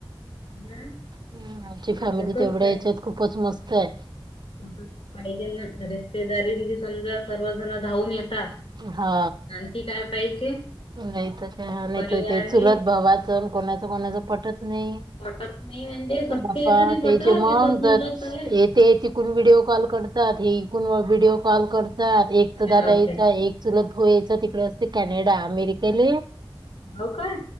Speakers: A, on the left (about 80°); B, on the right (about 50°).
A: हा ना
B: ह आमची फॅमिली
A: तसच
B: तेवढ्या याच्यात खूपच मस्त आहे.
A: तस पाहिजे ना रिस्तेदारींनी समजा सर्वजण धावून येतात.
B: हा.
A: आणखी काय पाहिजे?
B: नाही तर त्या नाहीत
A: परिवारांनी
B: ते चुलत भावाच कोणाच कोणाचं पटत नाही.
A: पटत नाही म्हणजे सख्खे
B: <inaudible> अ्पा
A: जणी पटत
B: तेचे मंग
A: ते तर चुलत
B: ग
A: आहे
B: ते ते तिकून व्हिडिओ कॉल करतात. हे इकून व्हिडिओ कॉल करतात. एक
A: अरे
B: तर दादा
A: बापरे
B: याचा एक चुलत भाऊ याचा तिकडे असते कॅनेडा, अमेरिकेले.
A: हो का